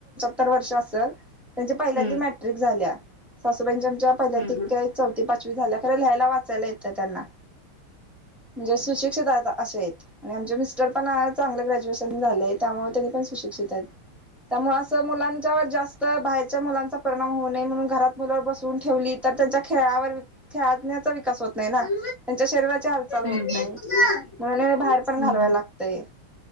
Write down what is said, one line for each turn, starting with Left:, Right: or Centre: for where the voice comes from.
Centre: तर वर्ष असेल त्यांच्या पहिल्यादी
Left: हम्म
Centre: मट्रिक
Left: हम्म
Centre: झाल्या सासुबाईंच्या आमच्या पहिल्या
Left: हम्म
Centre: त
Left: हम्म
Centre: का चौथी पाचवी झाल्या खरं लिहायला वाचायला येतं त्यांना म्हणजे सुशिक्षित आहेत असे आहेत आणि आमचे मिस्टर पण चांगलं ग्रॅज्युएशन झालंय त्यामुळे त्यांनी पण सुशिक्षित आहेत त्यामुळे असं मुलांच्यावर जास्त बाहेरच्या मुलांचा परिणाम होऊ नये म्हणून घरात मुलं बसवून ठेवली तर त्यांच्या खेळावर हया, आज्ञा चा विकास होत. नाही ना
Left: हम्म
Centre: त्यांच्या शरीराची हालचाल होत
Left: हम्म हम्म
Centre: नाही म्हणून बाहेर पण
Left: हम्म
Centre: घालवायला नाही,